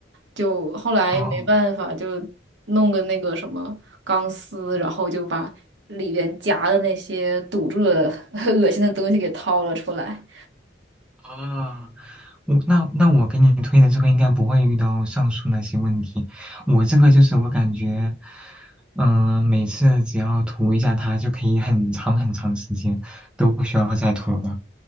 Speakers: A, on the right (about 70°); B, in the centre.
A: 就后来没办法就弄个那个什么钢丝，
B: 哦。
A: 然后就把里边夹的那些堵住的 <laughs> 恶心的东西给掏了出来。
B: 啊，我那那我给你推的这个应该不会遇到上述那些问题。我这个就是我感觉，嗯、每次只要涂一下它就可以很长很长时间都不需要再涂了。